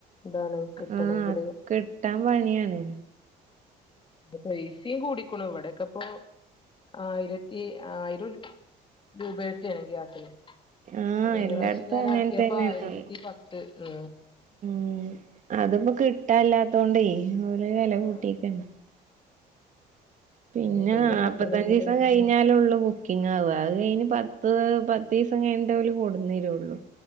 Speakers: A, on the left; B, on the right.
A: ഇതാണ് കിട്ടണെങ്കില്
B: ആഹ് കിട്ടാൻ പണിയാണ്
A: ഇപ്പൊ പൈസിയും കൂടിക്ക്ണു ഇവിടൊക്കെ ഇപ്പൊ <unintelligible>
B: ആഹ്
A: കഴിഞ്ഞപ്രാവശ്യം
B: എല്ലാട്ത്തും
A: ഞാനാക്കിയപ്പോൾ
B: അങ്ങൻ തന്നേണ്
A: ആയിരത്തെപ്പതെ ആ....
B: ഉം അത്പ്പോ കിട്ടല്ലാത്തോണ്ട് ഓല് വെ ല
A: അ
B: കൂട്ടിക്കാണ് പിന്നെ
A: അതന്നെ
B: നാപത്തഞ്ചിസം
A: കിട്ടണെങ്കില്
B: കഴിഞ്ഞാലൊ ള്ളൂ ബുക്കി പിന്നെ അ അവ് കഴിഞ്ഞ് പത്ത് പത്തീസം കഴിഞ്ഞ്ട്ടെ ഓല് കൊടുന്നേര്ള്ളു